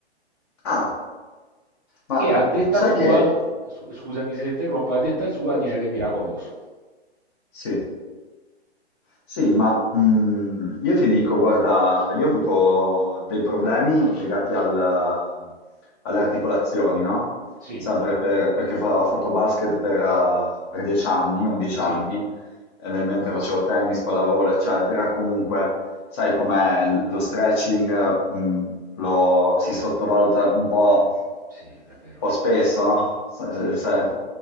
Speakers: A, on the left; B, on the right.
A: Ah, ma
B: che a
A: mm,
B: detta
A: sai
B: sua,
A: che...
B: scu- scusami se interrompo, a detta sua dice che è miracoloso.
A: Sì. Sì, ma mh, io ti dico, guarda, io ho avuto dei problemi legati al- alle articolazioni, no?
B: Sì,
A: Sempre per- perché fa- ho fatto basket per, eh, per 10 anni, 11
B: sì,
A: anni, e nel mentre facevo tennis, pallavolo, eccetera, comunque, sai com'è, l- lo stretching, mh, lo, si sottovaluta un po', un
B: sì, è vero.
A: po' spesso, no? Se-
B: Sì,
A: se-